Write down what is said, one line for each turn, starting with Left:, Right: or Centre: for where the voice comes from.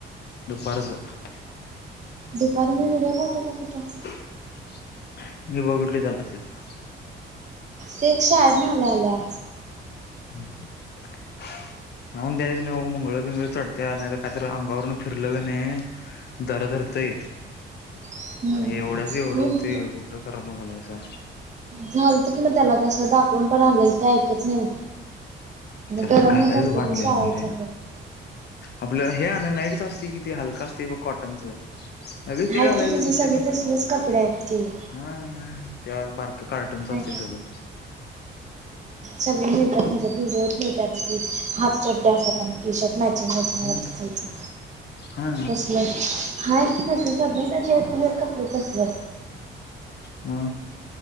Left: दुपारचं.
Right: दुपारी मी व्हिडिओ पाठवलो होत तूला.
Left: <unintelligible>
Right: ते एक शाळेतन आल्या आल्या.
Left: हम्म हम्म. होऊन द्यायच नाही बाबा मुगळ पिंगळ चढत्या नाही तर काहीतरी अंगावरून फिरलं का नाही दर धरतय
Right: हम्म
Left: आणि एवढ्याच एवढं
Right: होऊन
Left: होतेय कुठं कराय लागालायसा.
Right: झालत कि मग त्याला तस दाखवून पण आणलेलं ते ऐकत नाही.
Left: त्याला
Right: गरम
Left: घालायच
Right: होत असत
Left: भांडले
Right: ते शाळेच्या
Left: आणि रे. आपलं हे आणण्या च असते की ते हलक असते बघ कॉटनच. अग ते
Right: आहेत
Left: घालायचं
Right: की तुझे
Left: विषय
Right: सगळे
Left: संपला.
Right: तसलेच कपडे आहेत की
Left: हा ते बारक कार्टूनच असते
Right: ऐक
Left: सगळं.
Right: सगळ मिळतात ह्याच्यात जुडीयोत मिळतात की हाफ चड्या असतात आणि टीशर्ट चिंगा चिंगा
Left: हम्म
Right: दुखायचा
Left: हा
Right: तसलं हा की तसलं <unintelligible> कपडे तसलं.
Left: म